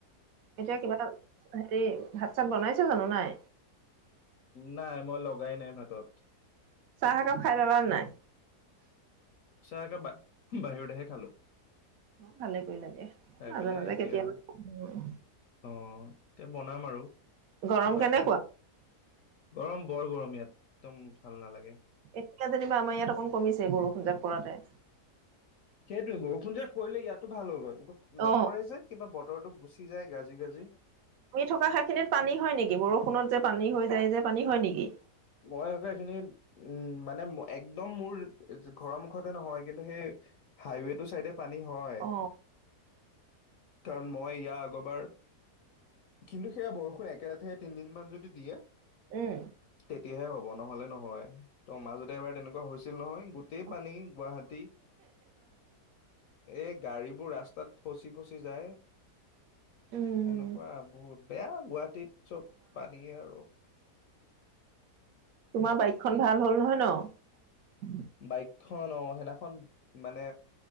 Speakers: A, on the right; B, on the left.
A: এতিয়া কিবা এটা হেৰি ভাত চাত বনাইছা জানো নাই।
B: নাই মই লগাই নাই ভাতত।
A: চাহ একাপ খাই ললা নাই।
B: চাহ একাপ বাহিৰতেহে খালোঁ।
A: ভালে কৰিলা দিয়া
B: খাই
A: মাজে-মাজে
B: পেলাই এতিয়া
A: কেতিয়াবা।
B: অ এতিয়া বনাম আৰু।
A: গৰম
B: কিবা
A: কেনেকুৱা।
B: এটা গৰম বৰ গৰম ইয়াত একদম ভাল নালাগে।
A: এতিয়া যেনিবা আমাৰ ইয়াত অকণ কমিছে বৰষুণ জাক পৰোঁতে।
B: সেইটোৱে বৰষুণ যেত পৰিলে ইয়াতো ভাল হ'ল হয়। নপৰে
A: অ
B: যে কিবা বতৰটো গুচি যায় গাজি-গাজি।
A: শুই থকা ঠাইখিনিত পানী হয়। নেকি বৰষুণত যে পানী হৈ যায় যে পানী হয় নেকি।
B: মই আকৌ এইখিনিত উম মানে মই। একদম মোৰ ঘৰৰ মুখতে নহয় কিন্তু সেই হাইৱে টো চাইডে। পানী হয়
A: অ
B: কাৰণ মই ইয়াৰ আগৰবাৰ। কিন্তু সেয়া বৰষুণ একে লেথাৰি তিনদিন মান যদি দিয়ে।
A: উম
B: তেতিয়াহে হব নহলে নহয় ত মাজতে এবাৰ তেনেকুৱা হৈছিল নহয়। গোটেই
A: অ
B: পানী গুৱাহাটীত। এই গাড়ী বোৰ ৰাস্তাত ফচি ফচি যায়।
A: উম
B: এনেকুৱা বহুত বেয়া গুৱাহাটীত চব পানী আৰু।
A: তোমাৰ বাইকখনন ভাল হ'ল নহয় ন।
B: বাইকখন অ সেইদিনাখন মানে।